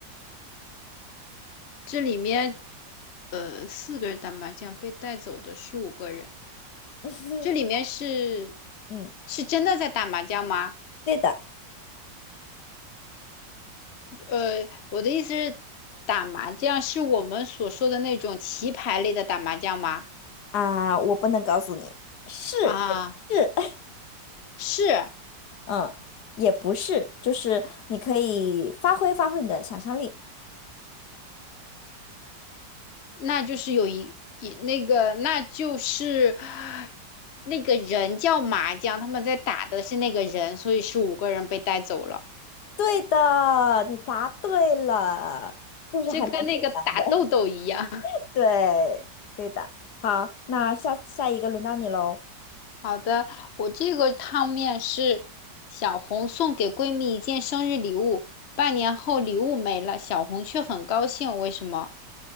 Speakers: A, on the left (about 50°); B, on the left (about 65°).
A: 这里面呃四个人打麻将，被带走的是五个人，
B: <laughs>
A: 这里面是
B: 嗯，
A: 是真的在打麻将吗？
B: 对的
A: 呃，我的意思是，打麻将是我们所说的那种棋牌类的打麻将吗？
B: 啊、我不能告诉你，是
A: 啊，
B: 也是，
A: 是。
B: <laughs> 嗯，也不是，就是你可以发挥发挥你的想象力。
A: 那就是有一一那个，那就是那个人叫麻将，他们在打的是那个人，所以是五个人被带走了。
B: 对的，你答对了，是不是还蛮简单的？
A: 就跟那个打豆豆一样。<laughs>
B: <laughs> 对，对的。好，那下下一个轮到你喽，
A: 好的，我这个汤面是小红送给闺蜜一件生日礼物，半年后礼物没了，小红却很高兴，为什么？